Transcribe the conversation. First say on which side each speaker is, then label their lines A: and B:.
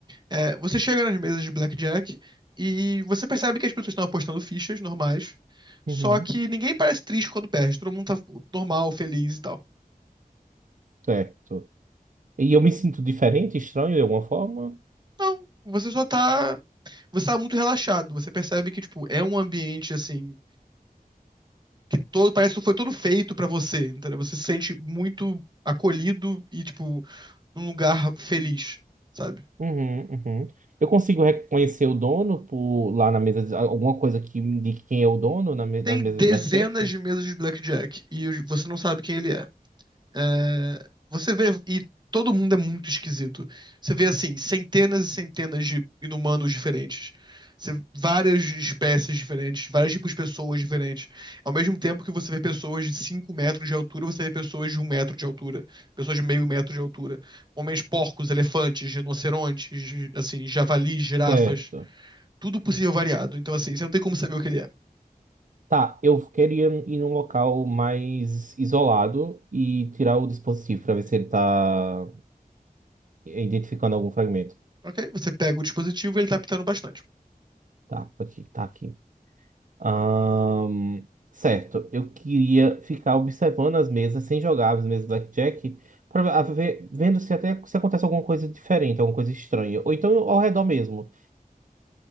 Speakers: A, on the right (about 30°); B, on the right (about 60°).
A: É, você chega nas mesas de blackjack e você percebe que as pessoas estão apostando fichas normais,
B: Uhum,
A: só que ninguém parece triste quando perde. Todo mundo tá normal, feliz e tal.
B: certo. E eu me sinto diferente, estranho de alguma forma?
A: Não, você só tá. Você tá muito relaxado. Você percebe que, tipo, é um ambiente assim que todo, parece que foi todo feito pra você, entendeu? Você se sente muito acolhido e, tipo, num lugar feliz, sabe?
B: Uhum, uhum. Eu consigo reconhecer o dono por lá na mesa, de- alguma coisa que me indique quem é o dono na me- nas
A: Tem
B: mesas
A: dezenas
B: de blackjack?
A: de mesas de blackjack e você não sabe quem ele é. É, você vê, e todo mundo é muito esquisito. Você vê, assim, centenas e centenas de inumanos diferentes. Você- várias espécies diferentes, vários tipos de pessoas diferentes. Ao mesmo tempo que você vê pessoas de 5 metros de altura, você vê pessoas de um metro de altura, pessoas de meio metro de altura. Homens porcos, elefantes, rinocerontes, assim, javalis, girafas,
B: Certo.
A: tudo possível variado. Então, assim, você não tem como saber o que ele é.
B: Tá, eu queria ir num local mais isolado e tirar o dispositivo para ver se ele tá identificando algum fragmento.
A: Ok? Você pega o dispositivo e ele tá apitando bastante.
B: Tá, aqui, tá aqui. Ahn, certo, eu queria ficar observando as mesas sem jogar as mesas Blackjack, para ver, vendo se até se acontece alguma coisa diferente, alguma coisa estranha, ou então ao redor mesmo,